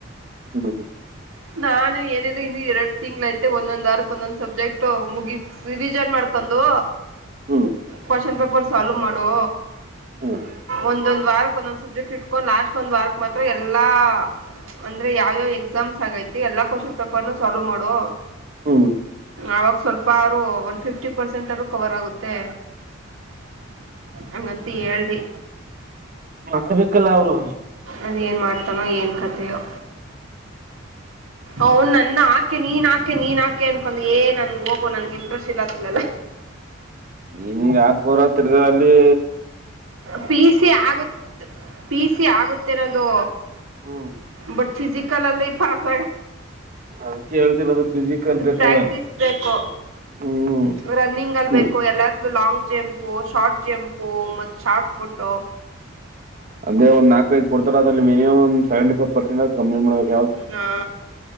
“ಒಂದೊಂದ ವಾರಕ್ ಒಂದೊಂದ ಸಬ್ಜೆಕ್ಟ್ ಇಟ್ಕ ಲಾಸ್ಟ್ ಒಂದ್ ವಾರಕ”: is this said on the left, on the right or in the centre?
Right